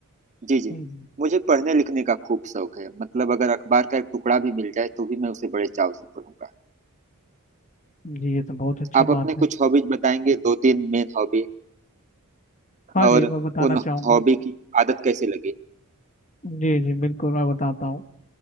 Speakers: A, on the right; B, on the left.
A: जी जी
B: हम्म,
A: मुझे पढ़ने लिखने का खूब शौक है मतलब अगर अखबार का एक टुकड़ा भी मिल जाए तो भी मैं उसे बड़े चाव से पढ़ूंगा
B: जी ये तो बहुत अच्छी
A: आप अपने
B: बात है
A: कुछ हॉबीज बताएंगे दो तीन मेन हॉबी
B: हाँ जी
A: और
B: मैं बताना
A: उन
B: चाहूँगा
A: हॉबी की आदत कैसे लगी
B: जी जी बिल्कुल मैं बताता हूँ